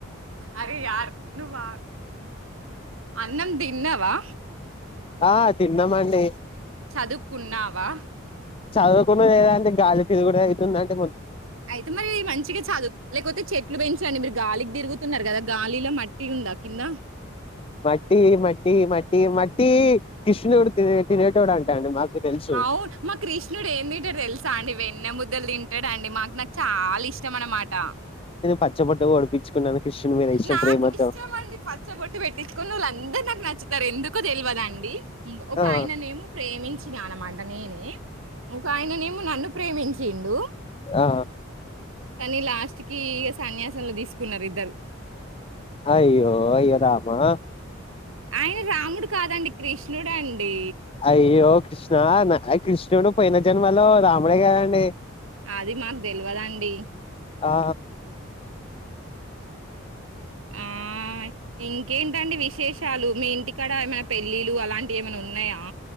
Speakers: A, on the right; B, on the left.
A: అరే యార్ నువ్వా అన్నం ది తిన్నావా
B: ఆ తిన్నమండి
A: చదువుకున్నావా
B: చదువుకున్న లేదాంటే గాలి తీరుగుడె అవుతుందింటే
A: అయితే మరి మంచిగా చదువు, లేకపోతే చెట్లు పెంచండి మీరు గాలికి తిరుగుతున్నారు కదా గాలిలో మ మట్టి ఉందా కింద
B: మట్టి మట్టి మట్టి మట్టి కిష్ణూడు త తినేటోడు అంటాండి మాకు తెలుసు
A: అవును మా కృష్ణుడు ఏందింటడు తెలుసా అండి వెన్నెము లిమిటెడ్ అండి మాకు నాకు చాలా ఇష్టం అన్నమాట
B: పచ్చ బోట్లు పొడిపించుకున్నాను కృష్ణుని మీద ఇష్టం
A: నాకు
B: ప్రేమతో
A: ఇష్టమండి పచ్చ బాటు పెట్టించకొనిళ్ళ అందరు నాకు నచ్చుతారు ఎందుకో తెలివదా అండి ఒక
B: ఆ
A: ఆయననేమో ప్రేమించు ్ానమాండనేనే ఒకక ఆయననేమో నన్ను ప్రేమించిండు
B: ఆ
A: కానీ లాస్ట్ కి ఇ సన్యాసంంలో తీసుకున్నారు ఇది
B: అయ్యో అయ్య రామా
A: ఆయన రాముడు కాదండి కృష్ణుడు అండి
B: అయ్యో కృష్ణ కృష్ణుడు పోయిన జన్మలో రాముడే గదండి
A: అది మాకు తెల్వదండి
B: ఆ
A: ఆ ఇంకేంటండి విశేషాలు మీ ఇంటికాడ ఏమైనా పెళ్ళిలు అలాంటివి ఏమైనా ఉన్నాయా